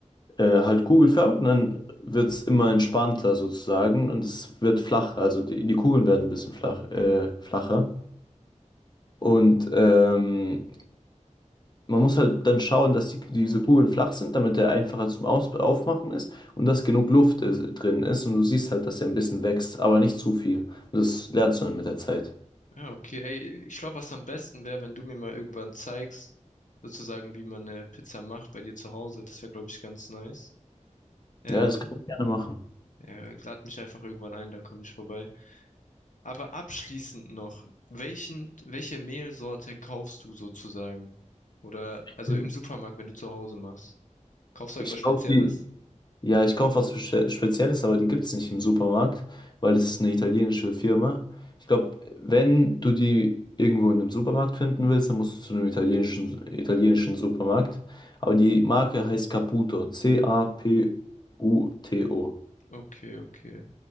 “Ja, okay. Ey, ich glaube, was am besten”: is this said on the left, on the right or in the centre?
Left